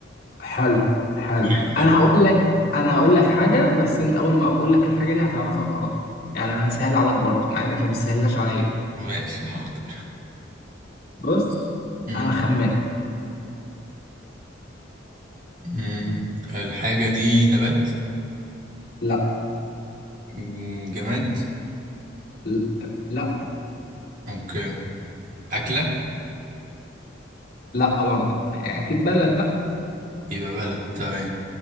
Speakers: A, on the left (about 50°); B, on the right (about 40°).
A: حلو حلو
B: حلو حلو
A: انا هقول لك انا هقول لك حاجة بس انت اول ما اقول لك الحاجة دي هتعرفها على طول يعني انا سهل عليك برضه مع انك ما بتسهلهاش عليا
B: ماشي حاضر
A: بص
B: يلا
A: انا خمنت
B: مم. الحاجة دي نبات
A: لا
B: مم، جماد
A: ل- لا
B: اوكي أكلة
A: لا برضه يعني اكيد بلد بقى
B: يبقى بلد تمام